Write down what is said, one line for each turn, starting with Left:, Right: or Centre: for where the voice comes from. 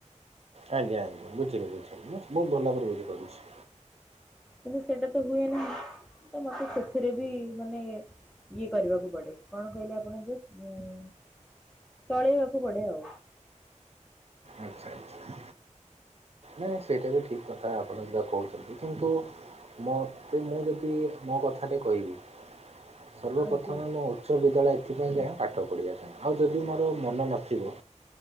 Right: ଆଜ୍ଞା ଆଜ୍ଞା ବୁଝିଲି ମୁଁ ଭଲ ଭାବରେ ବୁଝି ପାରୁଛି।
Centre: କିନ୍ତୁ ସେଇଟା ତ ହୁଏ ନାହିଁ ତ ମତେ ସେଥିରେ ବି ମାନେ ଇଏ କରିବାକୁ ପଡ଼େ କଣ କହିଲେ ଆପଣଙ୍କ ଯୋଉ ଚଳେଇବାକୁ ପଡ଼େ ଆଉ।
Right: ଆଚ୍ଛା ଆଚ୍ଛା। ନାହିଁ ସେଇଟା ବି ଠିକ୍ କଥା ଆପଣ ଯା କହୁଛନ୍ତି କିନ୍ତୁ ମତେ ମୁଁ ଯଦି ମୋ କଥାଟେ କହିବି ସର୍ବପ୍ରଥମେ
Centre: ଆଜ୍ଞା।
Right: ମୋ ବିଦ୍ୟାଳୟ ଏଥିପାଇଁ ଯାଏଁ ପାଠ ପଢ଼ିବା ପାଇଁ ଆଉ ଯଦି ମୋର ମନ ନଥିବ!